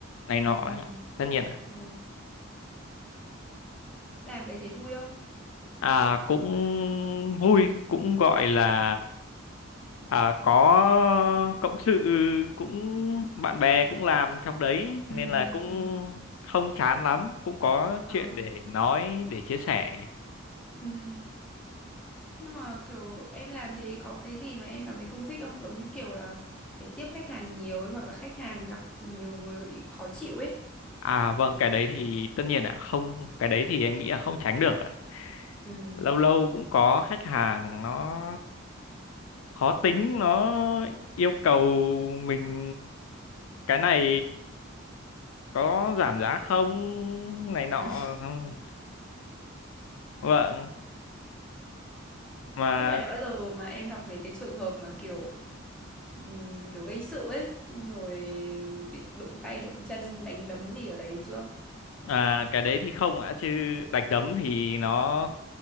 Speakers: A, on the left; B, in the centre.
A: này nọ
B: ừ
A: ấy ạ. tất nhiên ạ
B: ờ. làm đấy thấy vui không
A: à cũng vui cũng gọi là à, có cộng sự cũng bạn bè cũng làm trong đấy
B: ừ
A: nên là cũng
B: ừ
A: không chán lắm cũng có
B: ờ
A: chuyện để nói để chia sẻ
B: ừ nhưng mà kiểu em làm thế có cái gì mà em cảm thấy không thích không giống như kiểu là phải tiếp khách hàng nhiều ấy hoặc là khách hàng gặp nhiều người bị khó chịu ấy
A: À vâng, cái đấy thì tất nhiên ạ, không, cái đấy thì em nghĩ là không tránh được ạ.
B: Ừ.
A: Lâu lâu cũng có khách hàng nó khó tính, nó yêu cầu mình cái này có giảm giá không này nọ
B: Ừ. <laughs>
A: không. Vâng, mà
B: Nhưng mà đã bao giờ mà em gặp mấy cái trường hợp mà kiểu ừm, kiểu gây sự ấy xong rồi định đụng tay đụng chân đánh đấm gì ở đấy chưa?
A: à, cái đấy thì không ạ, chứ đánh đấm thì nó